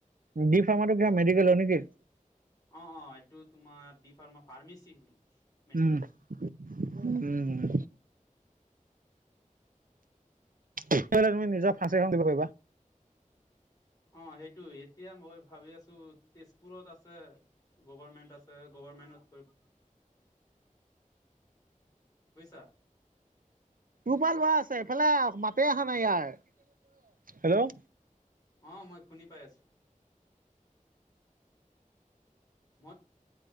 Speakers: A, on the right; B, on the left.
A: ডি ফাৰ্মাটো কিহৰ মেডিকেলৰ নেকি?
B: অ অ এইটো তোমাৰ ডি ফাৰ্মা ফাৰ্মেচি বুলি
A: উম,
B: মেডিকেলৰ
A: উম, উম এহ তুমি নিজৰ ফাঁচী এখন দিব পাৰিবা।
B: অ সেইটো এতিয়া মই ভাবি আছোঁ, তেজপুৰত আছে। গভাৰমেণ্ট আছে গভাৰমেণ্টত‌ কৰিব
A: <inaudible>
B: বুইছা।
A: তোৰ পৰা লোৱা আছে, এইফালে মাতে অহা নাই ইয়াৰ, হেল্ল।
B: অহ মই শুনি পাই আছো। মই